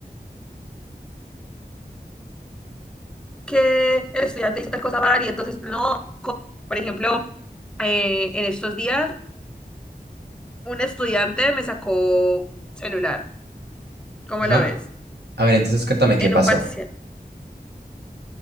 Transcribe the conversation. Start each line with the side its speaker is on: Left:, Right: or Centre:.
Centre: que el estudiante hizo tal cosa mal y entonces, no, por ejemplo, eh, en estos días un estudiante me sacó celular, ¿cómo
Right: Ajá.
Centre: lo ves?
Right: A ver, entonces cuéntame qué
Centre: En
Right: pasó.
Centre: un parcial.